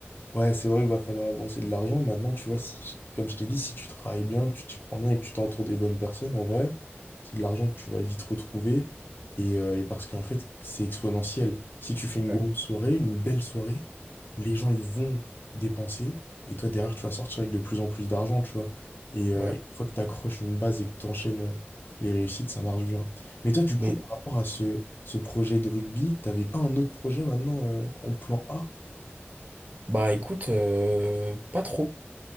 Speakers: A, on the left (about 50°); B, on the right (about 40°).
A: Ouais, c'est vrai qu'il va falloir avancer de l'argent. Maintenant, tu vois,
B: Ouais.
A: si- comme je t'ai dit, si tu travailles bien, que tu t'y prends bien et que tu t'entoures des bonnes personnes, en vrai, c'est de l'argent que tu vas vite retrouver. Et, euh, et parce qu'en fait, c'est exponentiel. Si tu fais une
B: Ouais.
A: grosse soirée, une belle soirée, les gens, ils vont dépenser. Et toi, derrière, tu vas sortir avec de plus en plus d'argent, tu vois. Et euh,
B: Ouais.
A: une fois que tu accroches une base et que tu enchaînes euh, les réussites, ça marche bien. Mais toi, du coup,
B: Mais
A: par rapport à ce, ce projet de rugby, t'avais pas un autre projet maintenant euh, en plan A?
B: bah écoute, euh, pas trop.